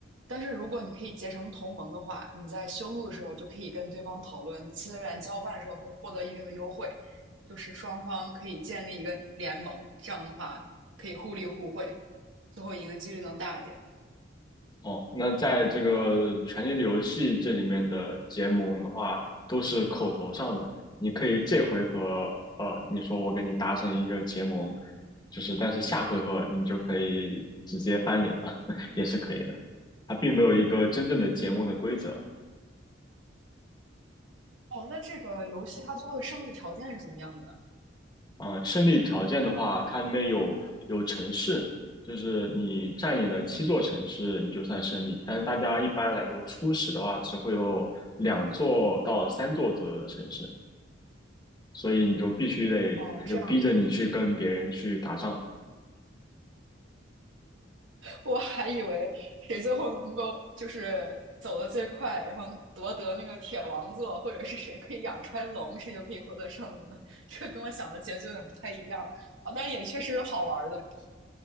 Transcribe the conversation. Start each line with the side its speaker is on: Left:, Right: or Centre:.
Right: 但是如果你可以结成同盟的话，你在修路的时候就可以跟对方讨论资源交换的时候会获得一定的优惠，就是双方可以建立一个联盟，这样的话可以互利互惠，最后赢的几率能大一点。
Left: 哦，那在这个《权力的游戏》这里面的结盟的话，都是口头上的。你可以这回合，呃，你说我给你达成一个结盟，就是但是下回合你就可以直接翻脸了，<laughs> 也是可以的。它并没有一个真正的结盟的规则。
Right: 哦，那这个游戏它最后的胜利条件是怎么样的呢？
Left: 嗯，胜利条件的话，它里面有有城市，就是你占领了七座城市，你就算胜利。但是大家一般来说，初始的话只会有两座到三座左右的城市，所以你就必须得，
Right: 哦，
Left: 他就逼着你去跟别人去打仗。
Right: 这样我还以为谁最后能够就是走得最快，然后夺得那个铁王座，或者是谁可以养出来龙，谁就可以获得胜利呢？这跟我想的结局有点不太一样啊，但也确实是好玩的